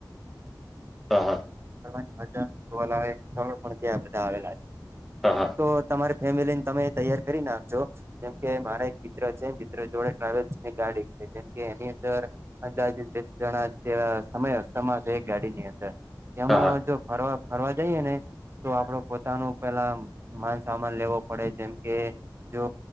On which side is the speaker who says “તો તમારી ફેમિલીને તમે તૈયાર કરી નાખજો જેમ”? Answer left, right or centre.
Right